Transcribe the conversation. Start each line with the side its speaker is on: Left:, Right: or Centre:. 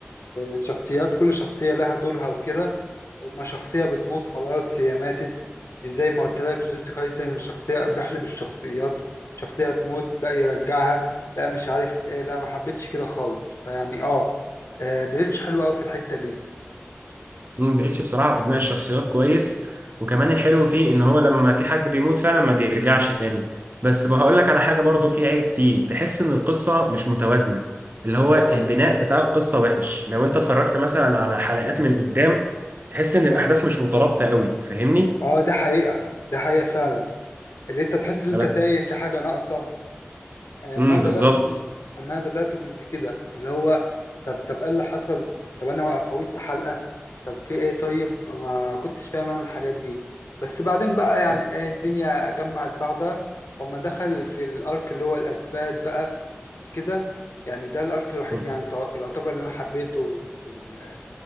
Left: الشخصيات كل شخصية لها دورها وكده وما شخصية بتموت خلاص هي ماتت مش زي ما قلت لك جيسيكا هايسن شخصية بيحلب الشخصيات شخصية تموت لا يرجعها لا مش عارف ايه لا ما حبيتش كده خالص فيعني اه آه، بليتش حلو قوي في الحتة دي
Right: مم، بليتش بصراحة في بناء الشخصيات كويس وكمان الحلو فيه ان هو لما في حد بيموت فعلا ما بيرجعش تاني بس بقول لك على حاجة برضو في عيب فيه تحس ان القصة مش متوازنة اللي هو البناء
Left: اه
Right: بتاع القصة وحش لو انت اتفرجت مثلا على حلقات من قدام تحس ان الاحداث
Left: اه
Right: مش مترابطة قوي فاهمني
Left: آه، ده حقيقة ده حقيقة فعلا اللي انت تحس ان انت
Right: انا
Left: تايه في حاجة ناقصة أما
Right: امم
Left: بدأت
Right: بالظبط
Left: كنت أما بدأت كنت كده اللي هو طب طب إيه اللي حصل طب أنا فوتت حلقة طب في إيه طيب ما كنتش فاهم أنا الحاجات دي بس بعدين بقى يعني
Right: لا
Left: إيه الدنيا جمعت بعضها وأما دخل في الأرك اللي هو الأثبات بقى وكده يعني ده الأرك الوحيد
Right: مم.
Left: يعني تع- يعتبر اللي أنا حبيته في ال...